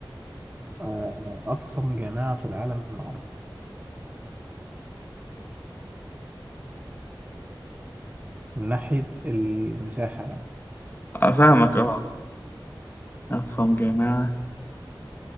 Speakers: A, on the right; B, on the left.
A: آه، أضخم جامعة في العالم العربي من ناحية المساحة يعني
B: آه، فاهمك أه أضخم جامعة